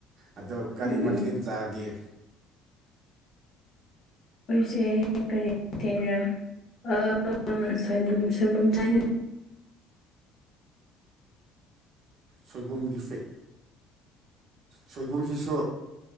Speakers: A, on the right (about 45°); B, on the left (about 35°).
A: ꯑꯗꯣ ꯀꯔꯤ
B: ꯎꯝ
A: ꯃꯊꯦꯜ ꯆꯥꯒꯦ
B: ꯑꯩꯈꯣꯏꯁꯦ ꯀꯔꯤ ꯃꯊꯦꯟꯔ ꯑ ꯁꯣꯏꯕꯨꯝ ꯁꯣꯏꯕꯨꯝ ꯆꯥꯏ
A: ꯁꯣꯏꯕꯨꯝꯒꯤ ꯐꯦꯛ ꯁꯣꯏꯕꯨꯝꯁꯤꯁꯨ